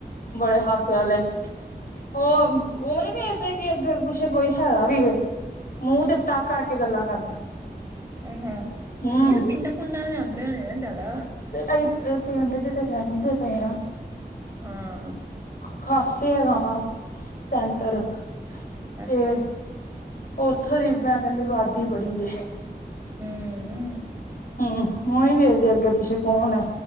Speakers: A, on the left; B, on the right.
A: ਬੜੇ ਹਾਸੇ ਵਾਲੇ ਉਹ-ਉਹ ਨੀ ਪੈਜਦੇ ਦੇ। ਕਿ ਅੱਗੇ-ਪਿੱਛੇ ਕੋਈ ਹੈ ਵੀ ਇਹ ਮੂੰਹ ਤੇ ਪਟਾਖ ਕਰਕੇ ਗੱਲਾਂ ਕਰਦੇ।
B: ਹਮ-ਹਮ,
A: ਹੂੰ
B: ਯਾਰ ਪਿੰਡਾਂ-ਪੁੰਡਾਂ ਦੇ ਆਉਂਦੇ ਹੋਣੇ ਆ ਜ਼ਿਆਦਾ।
A: ਤੇ ਅਸੀ ਪਿੰਡ ਚ ਤੇ ਰਹਿੰਦੇ ਪਏ ਆ।
B: ਹਾਂ।
A: ਖ਼ਾਸੇ ਹੈਗਾ ਵਾਂ ਸੈਂਟਰ
B: ਅੱਛਾ ਅੱਛਾ
A: ਤੇ ਉੱਥੋਂ ਦੀ ਮੈਂ ਕਹਿੰਦੀ ਵਾਦੀ ਬੜੀ ਜੇ,
B: ਹੂੰ
A: ਹਮ। ਮੂੰ ਨਹੀਂ ਵੇਖਦੇ ਅੱਗੇ-ਪਿੱਛੇ ਕੌਣ ਹੈ